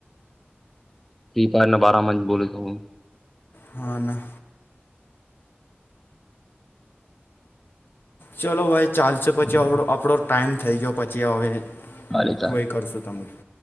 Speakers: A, in the centre; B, on the left.
A: સને બારામાં જ બોલ છ હું
B: હ ના ચલો ભાઈ ચાલશે પછી આપણો ટાઈમ થઈ ગયો પછી હવે વહી
A: ચાલે ચાલ
B: કરશું તમને <inaudible> <inaudible>